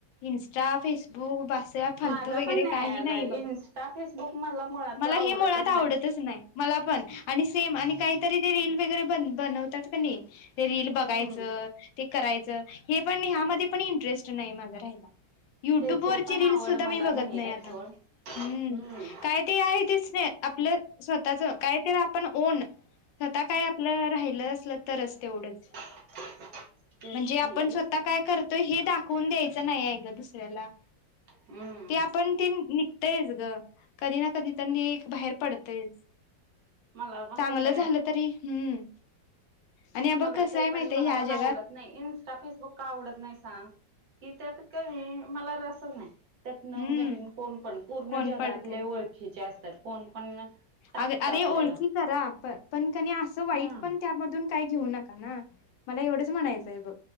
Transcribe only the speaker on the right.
माझा
पण
अग
इन्स्टा, फेसबुक मला मुळात
आवडतच
नाही
हम्म
त्याचे
पण
आवड
मला
आहे
सोड
हम्म
<unintelligible> तेच
की
दुस
हम्म
मला पण
कसं आहे
मला
ते
पण
मला
पण
आवडत नाही, इस्टा, फेसबुक का आवडत नाही सांग? कि त्यात कनी मला रसच नाही. त्यात नवनवीन
कोण पण पूर्ण
जगातले,
ओळखीचे असतात कोण पण टाकत
आपल्याला
हा